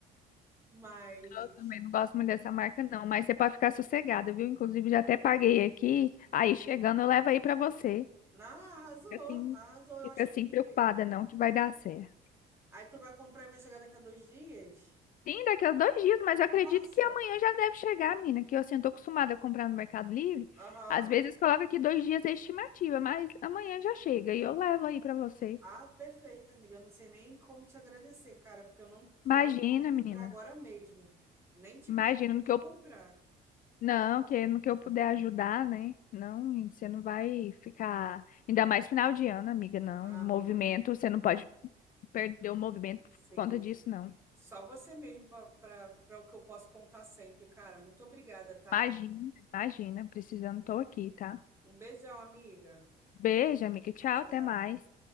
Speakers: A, on the right; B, on the left.
A: Mas,
B: Eu também não gosto muito dessa marca, não. Mas você pode ficar sossegada, viu? Inclusive, já até paguei aqui. Aí, chegando, eu levo aí pra você.
A: não, arrasou,
B: Fica assim,
A: arrasou. Eu
B: fica
A: achei
B: assim
A: que
B: preocupada, não, que vai dar certo.
A: Aí tu vai comprar e vai chegar daqui a dois dias?
B: Sim, daqui a dois dias, mas eu acredito
A: Nossa.
B: que amanhã já deve chegar, menina, que eu assim, eu tô acostumada a comprar no Mercado Livre.
A: Aham.
B: Às vezes coloca aqui dois dias a estimativa, mas amanhã já chega e eu levo aí pra você.
A: Ah, perfeito, amiga. Eu Não sei nem como te agradecer, cara, porque eu não
B: Imagina,
A: ia ter como comprar
B: menina.
A: agora mesmo. Nem te
B: Imagina
A: pagar e
B: no
A: nem
B: que eu.
A: comprar.
B: Não, que no que eu puder ajudar, né? Não, e você não vai ficar. Ainda mais final de ano, amiga, não.
A: Ah, amiga,
B: Movimento, você não pode perder o movimento por
A: sim.
B: conta disso, não.
A: Só você mesmo para para o que eu posso contar sempre, cara. Muito obrigada, tá?
B: Imagina, imagina. Precisando, tô aqui, tá?
A: Um beijão, amiga.
B: Beijo, amiga. Tchau,
A: Tchau.
B: até mais.